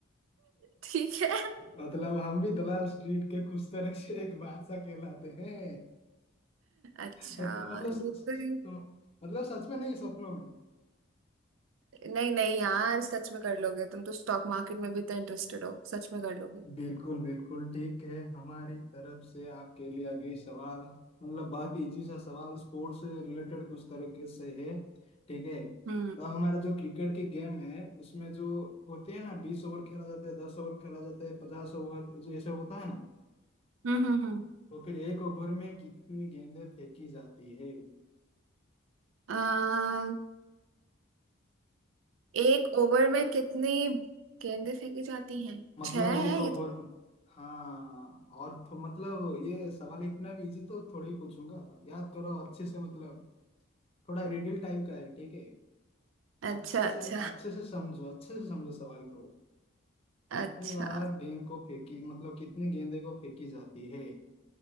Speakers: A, on the right (about 85°); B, on the left (about 30°).
A: ठीक है
B: मतलब हम भी दलाल स्ट्रीट के कुछ तरह से एक बादशाह कहलाते हैं
A: अच्छा
B: मतलब मतलब स, स,
A: ये तो
B: स, मतलब सच में नहीं सपनों में
A: नहीं नहीं यार सच में कर लोगे तुम तो स्टॉक मार्केट में भी इतना इंटरेस्टेड हो सच में कर लोगे
B: बिल्कुल बिल्कुल ठीक है हमारी तरफ से आपके लिए अगली सवाल मतलब बहुत ही इजी सा सवाल स्पोर्ट्स से रिलेटेड कुछ तरीके से है ठीक है
A: हम्म
B: और हमारा जो क्रिकेट की गेम है उसमें जो होते हैं ना बीस ओवर खेला जाता है दस ओवर खेला जाता है पचास ओवर जो ऐसे होता है ना
A: हम्म हम्म हम्म।
B: तो फिर एक ओवर में कितनी गेंदें फेंकी जाती है
A: अम, एक ओवर में कितनी गेंदें फेंकी जाती हैं
B: मतलब
A: छह
B: एक
A: है
B: ओवर
A: ये तो
B: हाँ और तो मतलब ये सवाल इतना भी इजी तो थोड़ी पूछूंगा याद करो अच्छे से मतलब थोड़ा रिडल टाइप का है ठीक है
A: अच्छा
B: अच्छे
A: अच्छा
B: से अच्छे से समझो अच्छे से समझो सवाल को कितनी
A: अच्छा
B: बार गेंद को फेंकी मतलब कितनी गेंदे को फेंकी जाती है